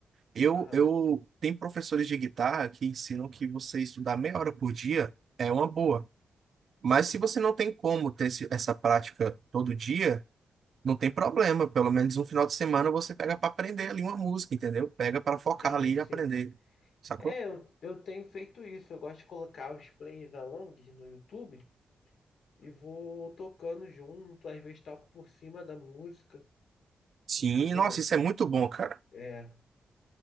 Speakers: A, on the right (about 50°); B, on the left (about 65°).
A: Eu
B: Aham,
A: eu tem professores de guitarra que ensinam que você estudar meia hora por dia é uma boa. Mas
B: sim,
A: se você não tem como ter esse, essa prática todo dia, não tem problema. Pelo menos um final de semana você pega para aprender ali uma música, entendeu? Pega para focar
B: sim,
A: ali
B: sim.
A: e aprender. Sacou?
B: É, eu, eu tenho feito isso. Eu gosto de colocar os plays alongs no YouTube. e vou tocando junto, às vezes toco por cima da música,
A: Sim,
B: entendeu?
A: nossa, isso é muito bom, cara.
B: É.